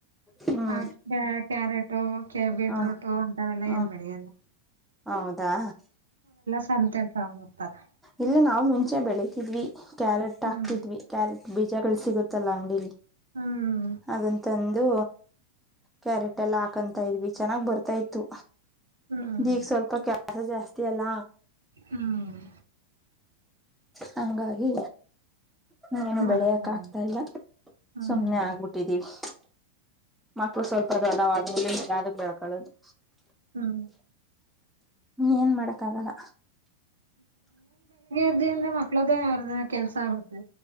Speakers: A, in the centre; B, on the right (about 70°).
A: ಹ್ಮ್
B: ಹಾಗ ಕ್ಯಾರೆಟ್ ೆ ಬೀಟ್ರೂಟು
A: ಹ
B: ಉಂಟಾವೆಲ್ಲಾ
A: ಹ
B: ಏನ್ ಬೆಳೆಯಲ್ಲ
A: ಹೌದಾ
B: ಸಂತೆ ಮಾಡ್ತಾರೆ
A: ಇಲ್ಲ ನಾವು ಮುಂಚೆ ಬೆಳತಿದ್ವಿ ಕ್ಯಾರೆಟ್
B: ಹ್ಮ್
A: ಹಾಕ್ತಿದ್ವಿ ಕ್ಯಾರೆಟ್ ಬೀಜಗಳು ಸಿಗುತ್ತಲ್ಲ ಅಂಗಡಿಲಿ
B: ಹ್ಮ್
A: ಹಾಗಂತಂದು ಕ್ಯಾರೆಟ್ ಎಲ್ಲ ಹಾಕಂತ ಇದ್ವಿ ಚೆನ್ನಾಗ್ ಬರ್ತಾ ಇತ್ತು
B: ಹ್ಮ್
A: ಈಗ ಸ್ವಲ್ಪ ಕೆಲಸ ಜಾಸ್ತಿ ಅಲ್ಲಾ
B: ಹ್ಮ್
A: ಹಂಗಾಗಿ ನೀ್ಮ ಏನು
B: ಮಾಡಕ್ಕಾಗಲ್ಲ
A: ಬೆಳೆಯಕ್ ಆಗ್ತಾ ಇಲ್ಲ
B: ಹ್ಮ್
A: ಸುಮ್ನೆ ಆಗ್ಬಿಟ್ಟಿದೀವಿ ಮಕ್ಳು ಸ್ವಲ್ಪ ದೃಡವ್ಮಲೆ ಯಾರ ಬೆಳ್ಕಳೋದು
B: ಹ್ಮ
A: ನೀ ಏನ್ ಮಾಡಕ್ಕಾಗಲ್ಲ
B: ಹಿಂದ ಮಕ್ಳದ್ದೇ ಯಾರದ ಕೆಲ್ಸ ಆಗುತ್ತೆ